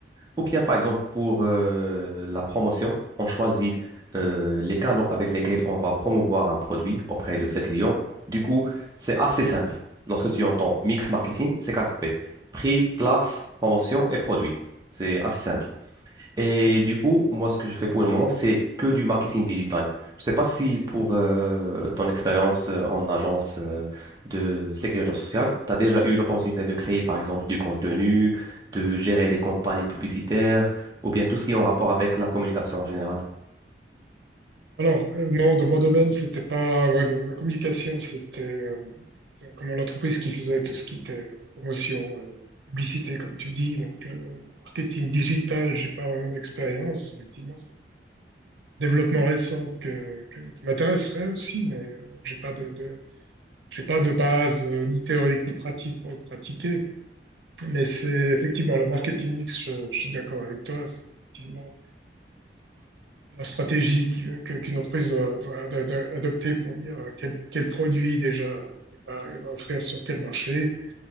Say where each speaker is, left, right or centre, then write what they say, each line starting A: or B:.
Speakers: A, on the right; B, on the right.
A: Ou bien, par exemple, pour euh, la promotion, on choisit euh, les canaux avec lesquels on va promouvoir un produit auprès de ses clients. Du coup, c'est assez simple. Lorsque tu entends mix marketing, c'est quatre p Prix, place, promotion et produit. C'est assez simple. Et
B: D'accord.
A: du coup, moi, ce que je fais pour le moment, c'est que du marketing digital. Je ne sais pas si pour euh, ton expérience euh, en agence euh, de sécurité sociale, tu as déjà eu l'opportunité de créer, par exemple, du contenu, de gérer des campagnes publicitaires, ou bien tout ce qui est en rapport avec la communication en général.
B: Alors, euh, non, dans mon domaine, c'était pas, voilà, la communication, c'était euh, euh, comment l'entreprise qui faisait tout ce qui était euh, promotion, et publicité, comme tu dis. Donc, le, le marketing digital, j'ai pas vraiment d'expérience. Effectivement, développement récent que, que- qui m'intéresserait aussi, mais euh, j'ai pas de, de- j'ai pas de base euh, ni théorique ni pratique pour le pratiquer. Mais c'est effectivement le marketing mix, je, je suis d'accord avec toi, c'est effectivement la stratégie qui- que- qu'une entreprise doit, doit- doit- doit adopter pour dire euh, quel, quel produit déjà elle va, elle va offrir sur quel marché,